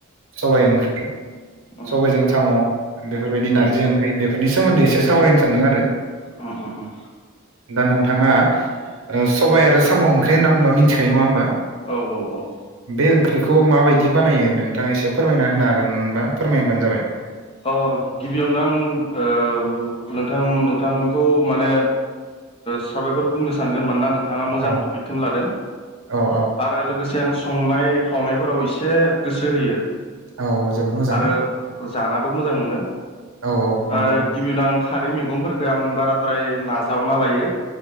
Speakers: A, on the right; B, on the left.
A: सबाय‌ ओंख्रि
B: उम
A: सबायजों साम' बेफोरबायदि नारजि
B: उम
A: ओंख्रि बेफोरनि सोमोन्दै एसे सावरायनो सानदों आरो।
B: उम उम उम
A: दा नोंथाङा सबाइ आरो साम' ओंख्रि होनना बुंङोबा मिथिखायो नङा होमबा?
B: औ औ औ
A: बे ओंख्रिखौ माबायदि बानायो नोंथाङा एसे फोरमायना होनो हागोनबा फोरमायबानो जाबाय।
B: अ गिबियावनो आं नोंथां नोंथांखौ माने साबायखर बुंनो सानगोन मानोना नों थाङा मोजां
A: औ
B: टपिकखौनो लादों
A: औ औ
B: आरो लोगोसे आं सु संनाय खावनायफोराव एसे गोसो होयो।
A: औ जोबोद मोजां।
B: आरो जानाबो मोजां मोनो।
A: औ औ नंगौ
B: ओ गिबियावनो आं खारै मैगंफोरखो आं बाराद्राय नाजावना लायो।